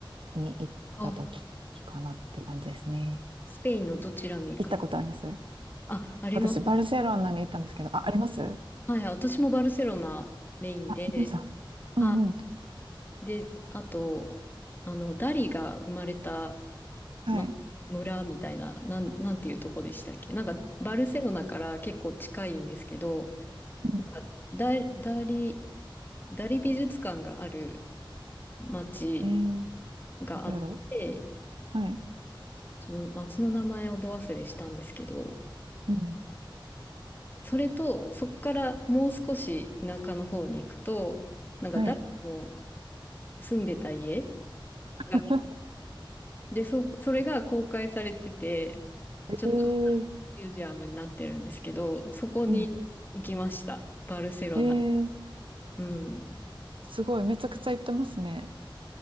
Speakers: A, on the right; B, on the left.
A: に行った時かなって感じですね。
B: あ、スペインのどちらに行かれ、
A: 行ったことあります
B: あ、あります。
A: 私、バルセロナに行ったんですけど、あ、あります
B: はい、私もバルセロナメインで、
A: あ、ありました。
B: は
A: うんうん。
B: い。で、あと、あの、ダリが生まれた、
A: はい。
B: ま、村みたいな、なん、なんていうとこでしたっけなんか、バルセロナから結構近いんですけど、
A: うん
B: なんかダ、ダリ、ダリ美術館がある町
A: えー、
B: があって、
A: どこやろうはい。
B: その町の名前をど忘れしたんですけど、
A: うん。
B: それと、そこからもう少し田舎の方に行くと、なんか誰も
A: はい。
B: 住んでた家
A: <laughs>
B: が、で、そ、それが公開されてて、
A: えー、
B: ちょっとミュージアムになってるんですけど、そこに行きました。
A: うん。
B: バルセロナ。
A: えー、
B: うん。
A: すごい、めちゃくちゃ行ってますね。